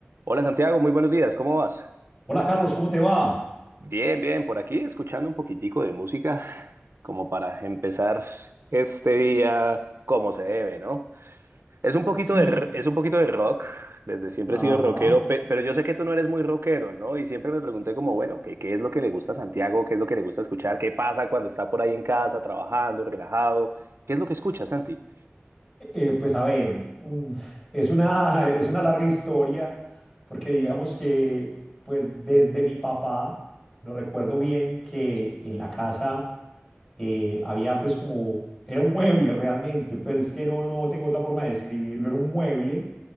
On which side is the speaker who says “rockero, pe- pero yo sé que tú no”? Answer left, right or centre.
Right